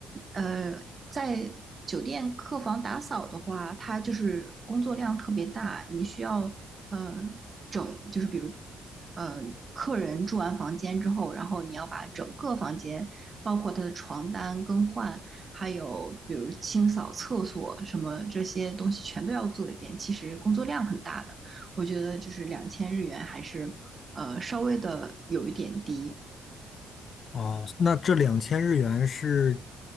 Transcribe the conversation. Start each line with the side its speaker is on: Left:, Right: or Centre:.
Right: 呃，在酒店客房打扫的话，它就是工作量特别大，你需要。呃，整，就是比如，呃，客人住完房间之后，然后你要把整个房间，包括他的床单更换，还有比如清扫厕所什么这些东西全都要做一遍，其实工作量很大的。我觉得就是两千日元还是呃稍微的有一点低，
Left: 啊，那这两千日元是